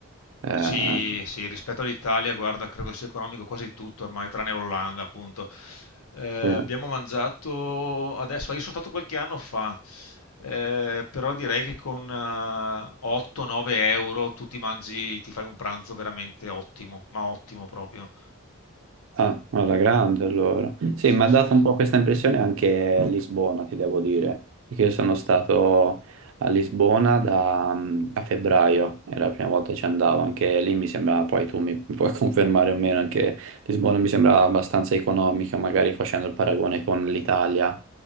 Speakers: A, on the right (about 60°); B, on the left (about 85°).
A: eh,
B: Sì, sì, rispetto all'Italia, guarda, credo sia economico quasi tutto ormai, tranne l'Olanda, appunto. Eh, abbiamo
A: sì.
B: mangiato adesso, io sono stato qualche anno fa, eh, però direi che con 8-9 euro tu ti mangi, ti fai un pranzo veramente ottimo, ma ottimo proprio.
A: Ah, alla grande allora. Sì,
B: Sì,
A: mi ha
B: sì.
A: dato un po' questa impressione anche a Lisbona, ti devo dire, perché io sono stato a Lisbona da, mm, a febbraio, è la prima volta che ci andavo, anche lì mi sembra, poi tu mi, mi puoi confermare o meno, anche Lisbona mi sembra abbastanza economica, magari facendo il paragone con l'Italia,